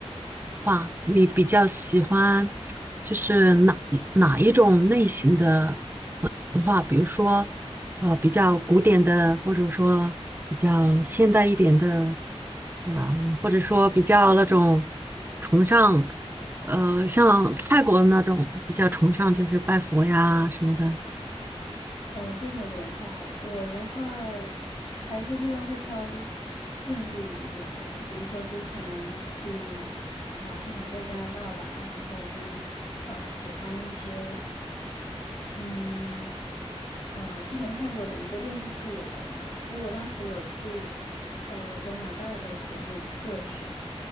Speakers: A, on the right (about 20°); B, on the left (about 50°).
A: 话，你比较喜欢就是哪哪一种类型的文化？比如说呃比较古典的，或者说比较现代一点的，啊、或者说比较那种崇尚呃像泰国的那种比较崇尚就是拜佛呀什么的。
B: 哦，这种文化，我的话还是一般会挑近距离一点的，比如说之前去啊，之前在加拿大玩的时候，我会呃喜欢一些。嗯，呃，之前看过的一个电视剧有关的，所以我当时有去，呃，加拿大的魁北克省，